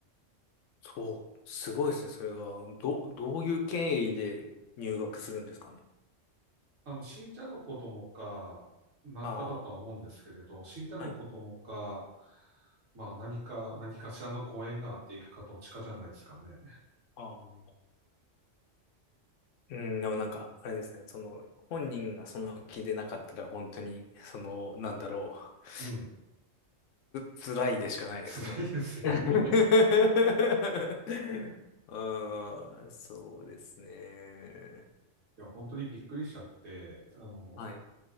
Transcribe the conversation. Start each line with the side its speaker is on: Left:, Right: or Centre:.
Left: そう、すごいですね、それは。ど、どういう経緯で入学するんですかね。
Right: あの、信者の子供か、なんかだとは思うんですけれど、
Left: ああ、
Right: 信者の子供か、
Left: はい。
Right: まあ何か、何かしらのご縁があっていくかどっちかじゃないですかね。
Left: あーうん、でもなんか、あれですね、その、本人がその気でなかったら、本当に、その、なんだろう。
Right: うん。
Left: つ、辛いでしかないですね。
Right: 辛いですよね。
Left: <laughs> ああ、そうですね。
Right: いや、本当にびっくりしちゃって、あの、
Left: はい。